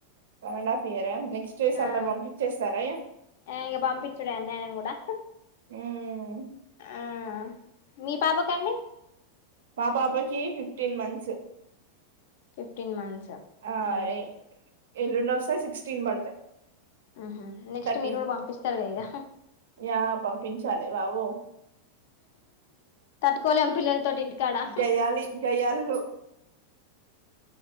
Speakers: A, on the right (about 60°); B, on the left (about 50°).
A: వన్ అండ్ హాఫ్ ఇయరా నెక్స్ట్ సమ్మర్
B: ఆ
A: పంపించేస్తారా ఇగా
B: ఆ ఇగ పంపించుడే అండి ఆయనను కూడా
A: హ్మ్. హ్
B: ఆ మీ పాప కండి.
A: మా పాపాకి ఫిప్టీన్ మంత్స్.
B: ఫిఫ్టీన్ మంత్స్
A: ఆ
B: హ్మ్మ్
A: ఎ- ఎల్లుండి వస్తాయి సిక్స్టీన్ పడతాయి
B: ఆహ నెక్స్ట్
A: థర్టీన్
B: మీరు కూడా పంపిస్తారు ఇక
A: యా పంపించాలి బాబో
B: తట్టుకోలేము పిల్లల తోటి ఇంటికాడా
A: గయ్యాళి గయ్యాళులు